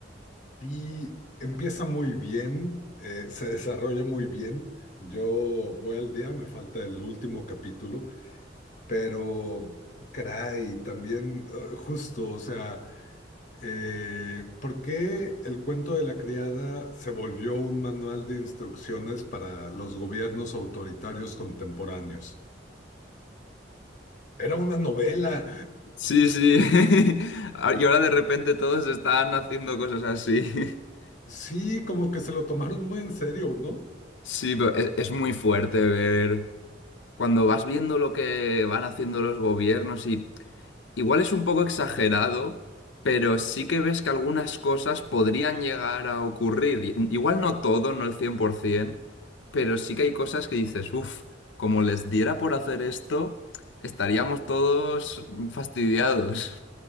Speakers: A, on the left; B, on the left.
A: Y empieza muy bien, eh, se desarrolla muy bien. Yo voy al día, me falta el último capítulo, pero caray, también eh, justo, o sea, eh, ¿por qué el cuento de la criada se volvió un manual de instrucciones para los gobiernos autoritarios contemporáneos? Era una novela.
B: Sí, sí. <laughs> Y ahora de repente todos están haciendo cosas así. <laughs>
A: Sí, como que se lo tomaron muy en serio, ¿no?
B: Sí, pero es, es muy fuerte ver. cuando vas viendo lo que van haciendo los gobiernos y igual es un poco exagerado, pero sí que ves que algunas cosas podrían llegar a ocurrir. I- Igual no todo, no el 100%, pero sí que hay cosas que dices, uff, como les diera por hacer esto, estaríamos todos fastidiados.